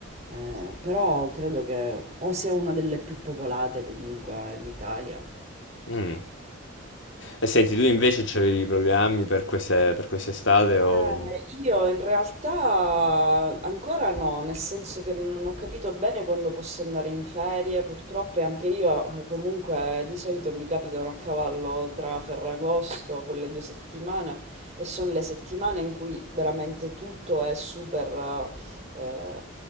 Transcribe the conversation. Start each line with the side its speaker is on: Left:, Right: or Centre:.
Right: eh, però credo che o sia una delle più popolate comunque d'Italia.
Left: mm. E senti, tu invece c'avevi programmi per queste, per quest'estate o...
Right: Eh, io in realtà ancora no, nel senso che non ho capito bene quando posso andare in ferie, purtroppo e anche io eh, comunque di solito mi capitano a cavallo tra Ferragosto, quelle due settimane, e sono le settimane in cui veramente tutto è super, eh,